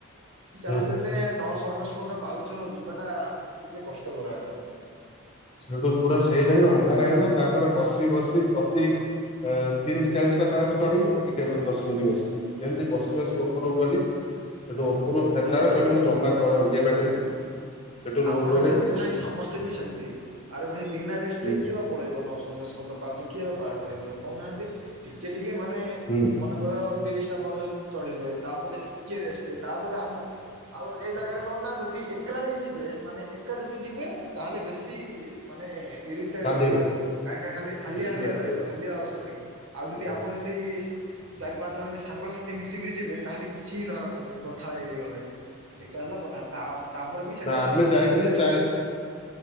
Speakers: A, on the right (about 75°); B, on the left (about 25°).
A: ଯାହାଲେଲେ
B: ହୁଁ
A: ନଅଶ ଅନେଶୋଦ ପାଉଛ ଯିବାଟା ଟିକେ କଷ୍ଟ ଗୁୁରା ଏଗା।
B: ସେଠୁ ପୁରା ସେ ଜାଗାରୁ ଅନ୍ଧାର ହେଇଗଲା ତାପରେ ବସି ବସି ପତି ଆ ତିରିଶ ଚାଳିଶଟା ପାହାଚ ଚଢିକି ଟିକେ ଦଶ୍ ମିଣ୍ଟି ବସିବୁ। ଏମିତି ବସି ବସି ଉପରକୁ ଗଲି ସେଠୁ ଉପରୁ ଫରିଲା
A: ଆରେ
B: ବେଳେ
A: ଭାଇ
B: କହିଲେ ମୁଁ ଜମା ତଳ ଇଏ ବାଟରେ ଯିବିନି। ସେଠୁ ରୋପ
A: ଆପଣ
B: ୱେରେ
A: ଯେମତି
B: ଫେରିଲି
A: ଭାଇ ସମସ୍ତେ ବି ସେମିତି। ଆରେ ଭାଇ ବିନା ରେଷ୍ଟରେ
B: ହୁଁ
A: କିଏ ବାପ୍ ପଳେଇବ ନଅଶ ଅନେଶୋତ ପାହାଚ କିଏ ବା ପାର କରେଇବ କହୁନାହାନ୍ତି ଟିକେ ଟିକେ ମାନେ
B: ହୁଁ।
A: ମନେକର ତିରିଟା ପାଉସ ଚଢିଲେ ତାପରେ ଟିକେ ରେଷ୍ଟ ତାପରେ ଆଉ ଆରେ ଆଉ ଏ ଜାଗାରେ କଣ ନା ଯଦି ଏକଲା ହି ଯିବେ ମାନେ ଏକା ଯଦି ଯିବେ ତାହେଲେ ବେଶୀ ତି ମାନେ ଇରିଟେଡ୍‌
B: ବାଧିବ
A: ଲାଗିବ, କାହିଁକିନା ଖାଲି ହାଲିଆ
B: ବେଶୀ
A: ହାଲିଆ
B: ବାଧିବ
A: ଲାଗିବ, ହାଲିଆ ଆଳସୁଆ ଲାଗିବ ଆଉ ଯଦି
B: ବାସ୍।
A: ଆପଣ ଯ ଦି ଚାରି ପାଞ୍ଚ ଜଣ ସାଙ୍ଗସାଥି ମିଶିକିରି ଯିବେ ତାହେଲେ କିଛି ଧରାପଡିବନି କଥା ହେଇ ହେଇ ଗଲ୍ ଲେ ସେଇଟା ହେଲା କଥା। ତା ତାପରେ ବି ସେଠାରେ
B: ନା ଆମେ
A: ତ ସବୁ
B: ଯାଇଥିଲୁ
A: ସୁବିଧା ହିଁ
B: ଚାରି
A: ଅଛି